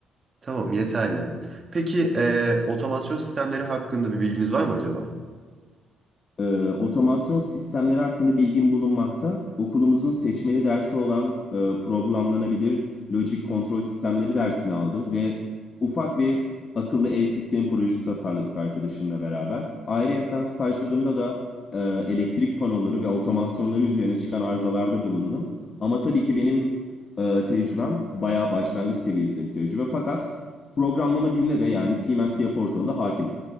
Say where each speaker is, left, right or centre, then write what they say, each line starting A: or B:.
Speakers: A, on the right; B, on the left.
A: Tamam yeterli. Peki e, otomasyon sistemleri hakkında bir bilginiz var mı acaba?
B: Ee, otomasyon sistemleri hakkında bilgim bulunmakta. Okulumuzun seçmeli dersi olan e, programlanabilir lojik kontrol sistemleri dersini aldım ve ufak bir akıllı ev sistemi projesi tasarladık arkadaşımla beraber. Ayrıyeten stajlarımda da e, elektrik panoları ve otomasyonları üzerine çıkan arızalarda bulundum. Ama tabii ki benim e, tecrübem bayağı başlangıç seviyesinde bir tecrübe. Fakat programlama diline de yani C++ portalı da hakimim.